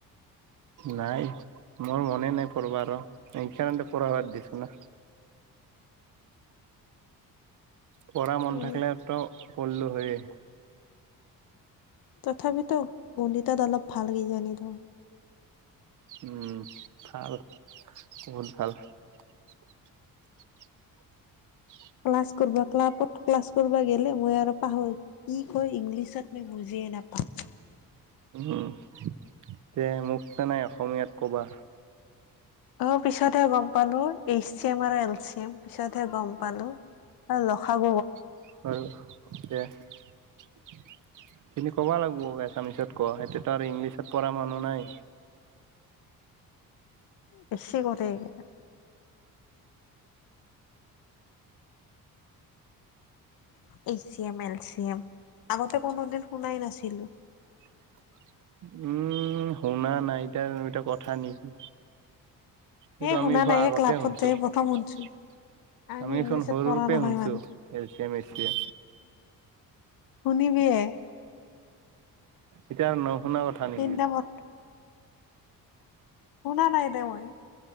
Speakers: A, on the right; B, on the left.
A: নাই মোৰ মনে নাই <unintelligible> পবা আৰু এইকাৰণতে প সাত দিছো ন পঢ়া মন
B: উম
A: থাকিলেতো পঢ়িলোঁ হয়েই।
B: তথাপিতো গন্দিতাত অলপ ভাল কিজানিলো <unintelligible>
A: উম 'ভাল, বহুত ভাল <unintelligible>
B: ক্লাছ কৰা, ক্লাবত ক্লাছ কৰিব গেলে মই আৰু পাহৰি কি কয়, ইংলিছত মই বুজিয়ে নাপাওঁ। নাপা <unintelligible>
A: উ' দে মোক মানে অসমীয়াত ক'বা।
B: অ' পিছতহে গম পালো এইচি এম আৰু এল চি এম পিছতহে গম পালো। অ' লখাব
A: আৰুক <unintelligible> এখিনি ক'বা লাগিব আচ্ছামেষ্ট কোৱা, সেইটোতো আৰু ইংলিছত পঢ়া মানুহ নাই।
B: বেছি কৰে <inaudible> এই C M L C M আগতে কোনো দিন শুনাই নাছিলো।
A: <unintelligible> উ শুনা নাই, এতিয়া এয়া কথা নেকি সেইটো
B: এই শুনা
A: আমি খোৱা
B: নাই
A: আগতে
B: এই ক্লাবত
A: শুনিছো
B: যাই
A: <unintelligible>
B: প্ৰথম শুনছো আমি
A: আমিচোন
B: ইংলিছত
A: সৰুপৰাই
B: পঢ়া নহয়
A: শুনছো
B: মানে
A: এল <unintelligible> চাম এ
B: শুনিবিয়ে,
A: এতিয়া আৰু নশুনা কথা
B: সেইদিনা
A: নেকি <unintelligible>
B: পত শুনা নাই দে মই